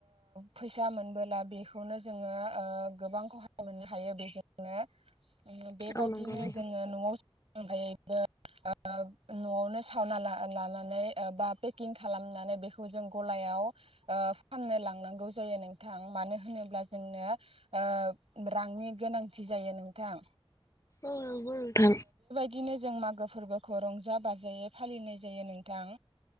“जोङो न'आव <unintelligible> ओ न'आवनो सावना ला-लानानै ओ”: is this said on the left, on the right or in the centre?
Right